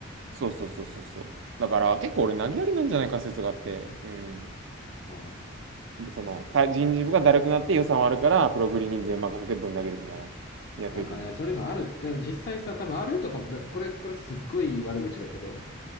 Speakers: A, on the right; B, on the left.
A: そうそうそうそうそう。だから結構俺投げやりなんじゃないか説があって、うん。
B: うん。
A: その、か人事部がだるくなって予算割るから、プログリに全任せてぶん投げるみたいな。やっといてみる。
B: なんかね、そういうのある。だ実際さ、多分あるとかも、だこれ、これすっごい悪口だけど、